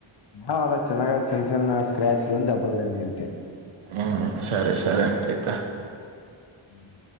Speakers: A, on the left; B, on the right.
A: ఆ అలా చిన్నగా చిన్న చిన్న స్క్రాచ్లు దెబ్బల్ తగిలినట్టే
B: ఉ సరే సరే అండి అయితే
A: ఆహ్